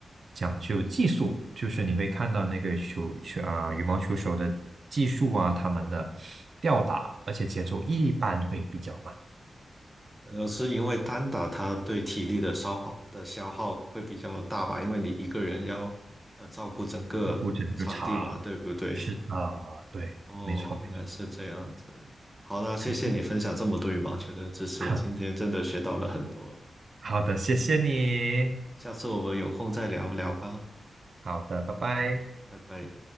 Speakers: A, on the right; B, in the centre.
A: 讲究技术，就是你会看到那个球球啊，羽毛球手的技术啊，他们的吊打，而且节奏一般会比较慢，
B: 呃，是因为单打它对体力的消耗的消耗会比较大吧？因为你一个人要呃照顾整个场地嘛，
A: 要顾整个场。
B: 对不对？
A: 是的，对，
B: 哦，
A: 没错没错。
B: 原来是这样子。好啦，谢谢你分享这么多羽毛球的知识，
A: 可是，<laughs>
B: 我今天真的学到了很多。
A: 好的，谢谢你。
B: 下次我们有空再聊聊吧，
A: 好的，拜拜。
B: 拜拜。